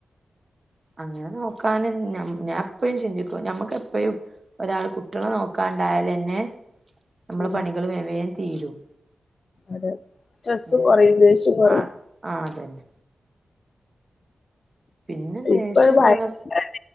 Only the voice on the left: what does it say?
ഉം
അതെ സ്ട്രെസ്സും
കുറയും ദേഷ്യം കുറയും
ഇപ്പൊ ഭയങ്കര